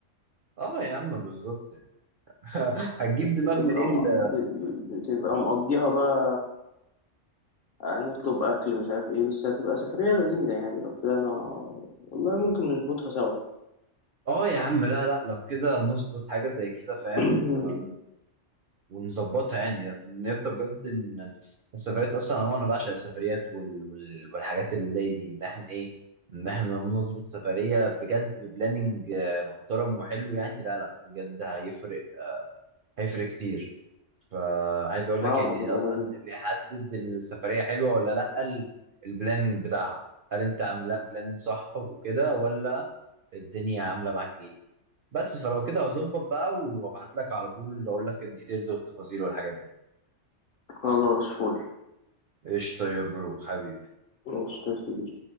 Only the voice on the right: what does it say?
اه يا عم بالظبط يعني <laughs> هتجيب دماغ
منين
ل-
اه يا عم لا لا لو كده نظبط حاجة زي كده فاهم
و...
ونظبطها يعني نبقى بجد ان السفريات اصلا عموما انا بعشق السفريات وال... وال... والحاجات اللي زي دي ان احنا ايه ان احنا نظبط سفريه بجد ببلاننج آه، محترم وحلو يعني لا لا بجد هيفرق هيفرق كتير فعايز اقول
لك يعني
اصلا
اللي يحدد السفريه حلوه ولا لا ال- البلاننج بتاعها هل انت عامل لها بلاننج صح وكده ولا الدنيا عامله معاك ايه بس فلو كده هظبط بقى وابعت لك على طول اقول لك الديتيلز والتفاصيل والحاجات دي
قشطة يا برو حبيبي